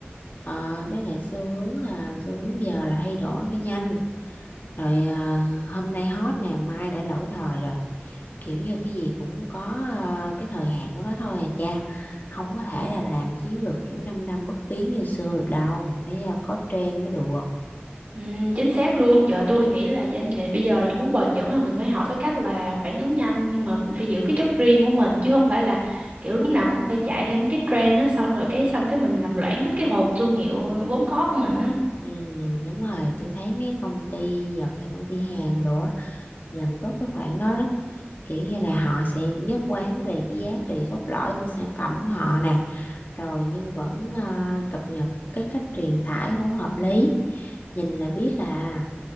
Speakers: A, on the left; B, on the right.
A: Ờ, với lại xu hướng là xu hướng giờ là thay đổi phải nhanh rồi à, hôm nay hot nè mai đã lỗi thời rồi kiểu như cái gì cũng có à, cái thời hạn của nó thôi à cha không có thể là làm chiến lược kiểu 5 năm năm bất biến như xưa được đâu mình phải à, có trend mới được
B: Ừm, chính xác luôn. Giờ tôi nghĩ là doanh nghiệp bây giờ là muốn bền vững là mình phải học cái cách là phản ứng nhanh nhưng mà mình phải giữ cái chất riêng của mình chứ không phải là kiểu lúc nào cũng phải chạy theo mấy cái trend đó xong rồi cái xong cái mình làm loãng hết cái hồn thương hiệu vốn có của mình á.
A: ừ, đúng rồi tôi thấy mấy công ty Nhật hay công ty Hàn đồ á, làm tốt cái khoản đó lắm kiểu như là họ sẽ nhất quán về cái giá trị cốt lõi của sản phẩm của họ nè rồi nhưng vẫn ờ, cập nhật cái cách truyền tải không hợp lý nhìn là biết à